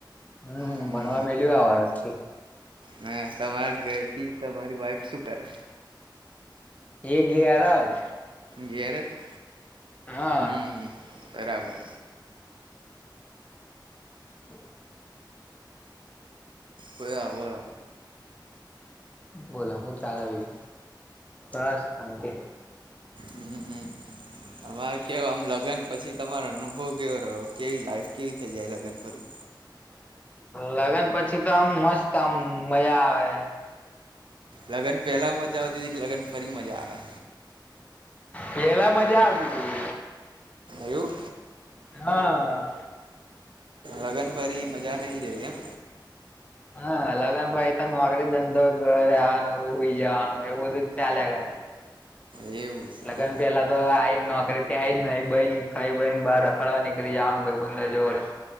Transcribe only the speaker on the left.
હમ
ભણવા મેલ કે આવાર છે.
એ ગયારજ
હા.
હમ
બોલો હું ચાાલે છે બસ શાંતિ.
લગ્ન પછી તો આમ મસ્ત આમ મજા આવે.
પેલા મજા આવતી.
હા.
હા લગન પહિ નોકરી ધંધો ઘરે આવાનો હુંઈ જવાનું એવું બધું ચાલ્યા કરે
લગન
પેલા આઈને નોકરી થી આઈ નઈ બઈ ખાઈ બઈ ને બહાર રખડવા નીકળી જવાનું ભાઈબંધો જોડે.